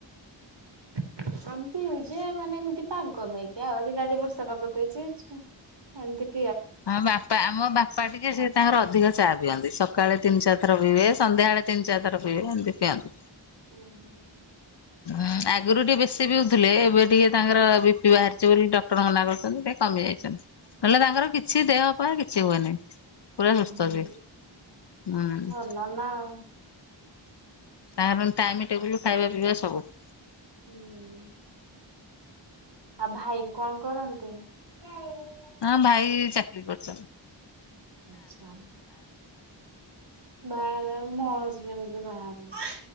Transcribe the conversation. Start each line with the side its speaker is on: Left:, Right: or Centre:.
Right: <inaudible> ଆମେ ପିଉ ଯେ ମାନେ ଏମିତି ପାଗ ନାଇଁକି ଆଉ ଜିନ୍ତି ଆଜି ବର୍ଷା ପାଗ ଦେଇଛି ଛ <unintelligible>
Left: ଆମ ବାପା ଆମ ବାପା ଟିକେ ସେ ତାଙ୍କର ଅଧିକ ଚାହା ପିଅନ୍ତି ସକାଳେ ତିନି ଚାରି ଥର ପିଇବେ ସନ୍ ନ୍ଧ୍ୟା ବେଳେ ତିନି ଚାରି ଥର ପଇବେ ଏମିତି ପିଆନ୍ତି।
Right: ଉହୁଁ।
Left: ଅଁ ଆଗରୁ ଟିକେ ବେଶୀ ପିଉଥିଲେ ଏବେ ଟିକେ ତାଙ୍କର ବିପି ବାହାରିଛି ବୋଲି ଡକ୍ଟର ମନା କରୁଛନ୍ତି ଟିକେ କମି ଯାଇଛି ତା ହେଲେ ତାଙ୍କର କିଛି ଦେହ ପା କିଛି ହୁଏନି। ପୁରା
Right: ହୁଁ
Left: ସୁସ୍ଥ
Right: ହୁଁ
Left: ବି ହୁଁ।
Right: ଭଲ ନା ଆଉ
Left: ତାପରେ ଟାଇମ ଟେବୁଲୁ ଖାଇବା ପିଇବା ସବୁ।
Right: ହୁଁ। ଆଉ ଭାଇ କଁ କରନ୍ତି ଖେଳିବି।
Left: ହଁ ଭାଇ ଚାକିରି କରିଚନ୍ତି।
Right: ଆଚ୍ଛା ବାହାରେ ମୋ ହଜବେଣ୍ଡ୍ ବି ବାହାରେ